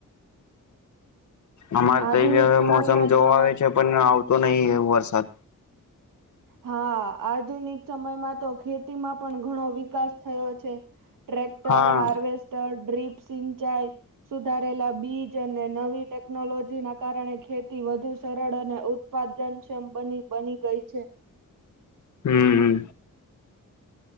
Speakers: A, on the left (about 65°); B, on the right (about 75°).
A: અમારે
B: આધુનિક
A: તો એ હ
B: સમયમાં
A: મોસમ જોવા
B: તો
A: આવે છે પણ આવતો નહી વરસાદ.
B: હા આધુનિક સમયમાં તો ખેતીમાં પણ ઘણો વિકાસ થયો છે. ટ્ર્રેક્ટર,
A: હા
B: હાર્વેસ્ટર, ડ્ર્રીપ સિંચાઈ સુધારેલા બીજ અને નવી ટેકનોલોજી ના કારણે ખેતી વધુ સરળ અને ઉત્પાદનક્ષમ બની બની ગઈ છે.
A: હમ્મ.